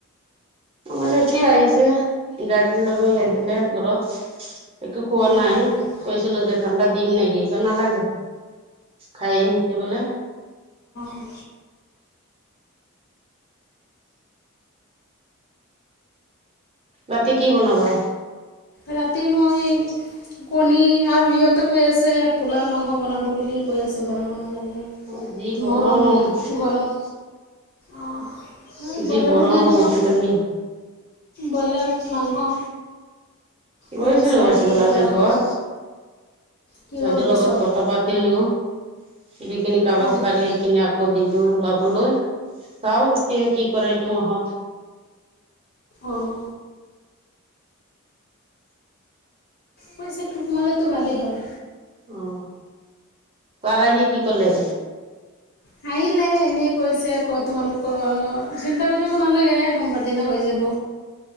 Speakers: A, on the right (about 25°); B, on the left (about 50°).
A: আমাৰ ইতিয়া আহিছে, গাড়ী লৈ আহিলে ঘৰত। একো খোৱা নাই।
B: অঁ
A: কৈছিলো যে, ঠাণ্ডা দিম নেকি? নালাগে। খায় আহিছে বোলে।
B: অঁ
A: ৰাতি কি বনাবা?
B: ৰাতি মই, কণী আৰু ইহঁতে কৈ আছে, পোলাও মাংস বনাব বুলি কৈ আছে বনাব নালাগে।
A: অ'! যি গৰম।
B: মৰম ঘৰত অঁ
A: যি,
B: ব্ৰইলাৰ
A: গৰম
B: মুৰ্গী আনিব
A: আজিকালি।
B: ব্ৰইলাৰ মাংস।
A: গৈছিলোঁ
B: কৈ আছে
A: <unintelligible>
B: আনি পোলাও
A: বেংকত।
B: বনাব কি
A: ভাইটিৰ
B: হ'ল পিছত
A: লগত কথা পাতিলোঁ। যিখিনি কাগজ
B: অঁ
A: লাগে, সেইখিনি আকৌ দিলোঁ। অলপ বোলো চাওঁ, এতিয়া কি কৰে এইটো মাহত।
B: অঁ পইচাটো সোমালেতো ভালেই হয়।
A: অ। তাৰ সি কি কলে?
B: হাঁহি এ এনেই কৈছে আকৌ তোমালোকৰ চিন্তা কৰিব নালাগে সোমবাৰ দিনা হৈ যাব।